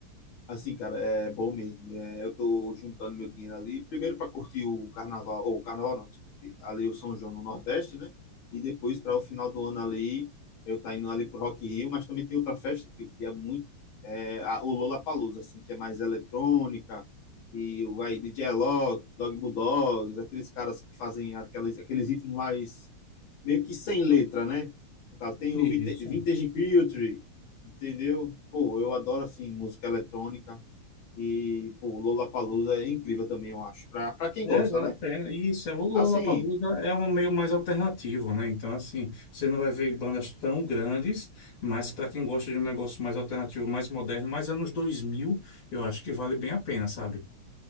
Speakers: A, on the left (about 65°); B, on the left (about 85°).
A: Assim, cara, é bom mesmo. É, eu tô juntando meu dinheiro ali, primeiro para curtir o carnaval, ou o carnaval não, desculpe, ali o São João no Nordeste, né? E depois para o final do ano ali, eu tá indo ali pro Rock in Rio, mas também tem outra festa que eu queria muito, é a, o Lollapalooza, assim, que é mais eletrônica, e vai D J Alok, Dog Bulldogs, aqueles caras que fazem aqueles, aqueles ritmos mais meio que sem letra, né? No caso, tem
B: ir.
A: o Vintage
B: Isso.
A: Culture, entendeu? Pô, eu adoro, assim, música eletrônica. E, pô, Lollapalooza é incrível também, eu acho. Pra, pra quem
B: É,
A: gosta,
B: vale
A: né?
B: a pena. E Isso, é, o Lollapalooza
A: Assim,
B: é um meio mais alternativo, né? Então, assim, você não vai ver bandas tão grandes, mas para quem gosta de um negócio mais alternativo, mais moderno, mais anos 2000 eu acho que vale bem a pena, sabe?